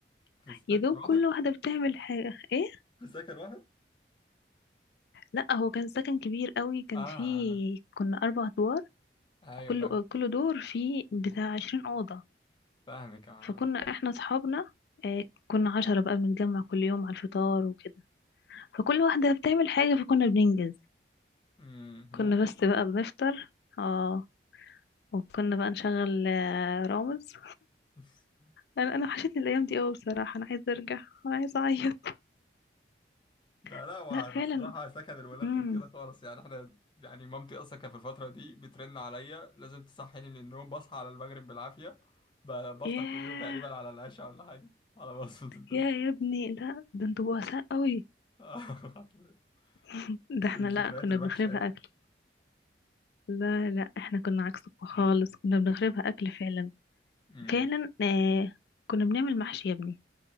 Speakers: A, on the left (about 25°); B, on the left (about 65°).
A: في السكن
B: يا دوب كل
A: واحد
B: واحدة بتعمل حاجة ايه
A: في السكن واحد
B: لا هو كان سكن كبير قوي كان
A: اه
B: فيه
A: اه
B: كنا أربع أدوار
A: آه. ايوه
B: كل كل دور فيه بتاع عشرين أوضة
A: فاهمك اه
B: فكنا احنا أصحابنا آه، كنا عشرة بقى بنتجمع كل يوم على الفطار وكده فكل واحدة بتعمل حاجة فكنا بننجز
A: أمم، ممكن
B: كنا بس بقى بنفطر اه وكنا بقى نشغل آه، رامز
A: <laughs>
B: انا انا وحشتني الايام دي قوي بصراحه انا عايزه ارجع انا عايزه اعيط
A: ده لا
B: <laughs>
A: والصراحة
B: لا فعلا
A: سكن الولاد
B: امم
A: غير كده خالص يعني احنا يعني مامتي اصلا كانت في الفترة دي بترن عليا لازم تصحيني من النوم بصحى على المغرب بالعافية ب- بفطر
B: ياه
A: كل يوم تقريبا على العشاء ولا حاجة على بصمة الدنيا
B: يا يا ابني لا ده انتوا بؤساء قوي
A: <laughs>
B: <laughs> ده احنا
A: الذكريات
B: لا كنا
A: الوحشة
B: بنخربها
A: يعني
B: اكل لا لا احنا كنا عكسك خالص كنا بنخربها اكل فعلا
A: أمم،
B: فعلا آه كنا بنعمل محشي يا ابني